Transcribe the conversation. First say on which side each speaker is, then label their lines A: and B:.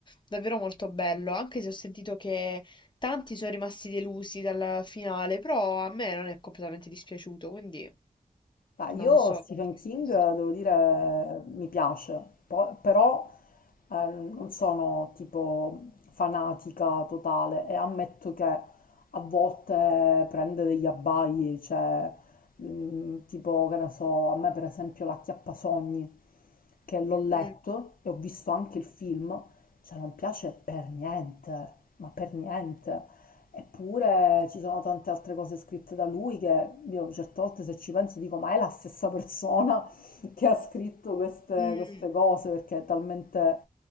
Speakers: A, on the left; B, on the left.
A: davvero molto bello, anche se ho sentito che tanti sono rimasti delusi dal finale, però a me non è completamente dispiaciuto, quindi
B: Ah,
A: non
B: io
A: so
B: Stephen
A: quanto l'hai
B: King,
A: visto.
B: eh, devo dire, mi piace, Po- però eh, non sono tipo fanatica totale e ammetto che a volte prende degli abbai, cioè mm, tipo, che ne so, a me per esempio La Chiappasogni, che l'ho letto
A: Mm,
B: e ho visto anche il film, cioè non piace per niente, ma per niente. Eppure ci sono tante altre cose scritte da lui che io certe volte se ci penso dico ma è la stessa persona <laughs> che ha scritto queste,
A: mm,
B: queste cose perché è talmente,